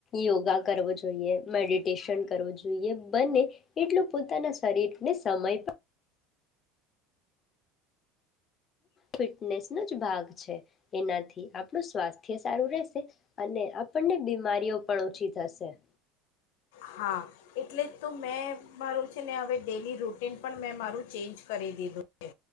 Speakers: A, on the left (about 25°); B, on the left (about 80°).
A: યોગા કરવો જોઈએ. જોઈએ મેડ ષણ કરવું જોઈએ બંને એટલું પોતાના શરીરને સમય ફિટનેસ નો જ ભાગ છે એનાથી આપણું સ્વાસ્થ્ય સારું રહેશે અને આપણને બીમારીઓ પણ ઓછી થશે.
B: હા એટલે જ તો મેં મારું છે ને હવે ડેલી રૂટીન પણ મેં મારું ચેન્જ કરી દીધું છે.